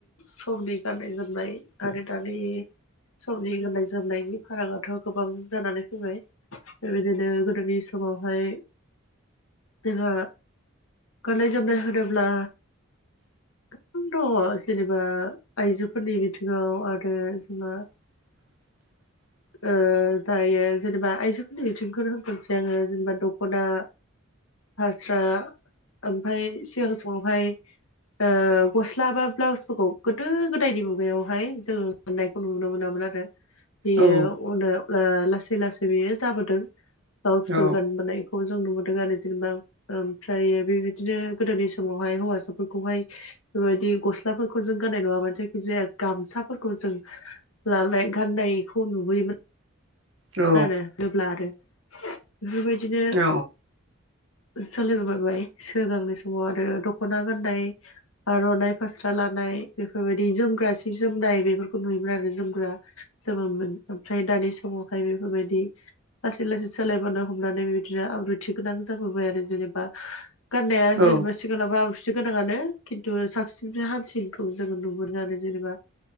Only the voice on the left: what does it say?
समनि गाननाय जोमनाय आरो दानि समनि गाननाय जोमनायनि फारागाथ' गोबां जानानै फैबाय बेबायदिनो गोदोनि समावहाय जोंहा गाननाय जोमनाय होनोब्ला <unintelligible> दङ जेनेबा आइजोफोरनि बिथिङाव आरो जोंबा
ओ दायो जेनेबा आइजोफोरनि बिथिंखौनो होननोसै आङो जेनेबा दख'ना फास्रा ओमफ्राय सिगां समावहाय ओ गस्ला बा ब्लाउसफोरखौ गोदो गोदायनि मुगायावहाय जोङो मोननायखौ नुनो मोनामोन आरो बेयो
उन लासै लासै बेयो जाबोदों ब्लाउसफोर
गानबोनाय खौ जों नुदों आरो जेनेबा ओमफ्र बेबायदिनो गोदोनि समावहाय हौवासाफोरखौहाय बेबायदि गस्लाफोरखौ जों गाननाय नङा मानो जायखि जाया गामसाफोरखौ जों लालाय गानायखौ नुबोयोमोन
<unintelligible> नो होब्ला आरो बेफोरबायदिनो
सोलायबोबायबाय सिगांनि समाव आरो दख'ना गाननाय आर'नाइ फास्रा लानाय बेफोरबायदि जोमग्रा सि जोमनाय बेफोरखौ नुयोमोन आरो जोमग्रा जोबोमोन ओमफ्राय दानि समावहाय बेफोरबायदि लासै लासै सोलायबोनो हमनानै बेदिनो आब्रुथि गोनां जाबोबाय आरो जेनेबा गाननाया
जेनोब थिखलाबा आबुथि गोनाङानो खिन्थु साबसिननिफ्राय हामसिनखौ जोङो नु मोनो आरो जेनेबा